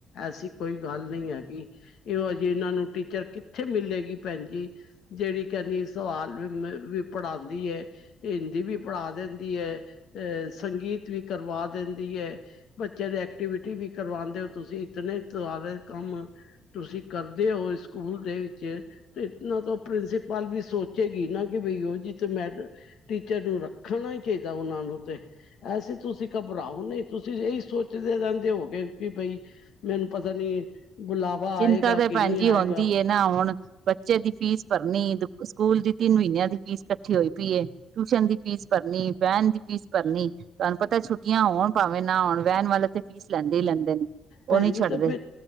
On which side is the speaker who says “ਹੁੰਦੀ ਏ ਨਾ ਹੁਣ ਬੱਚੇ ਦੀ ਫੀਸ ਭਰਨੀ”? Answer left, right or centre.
Right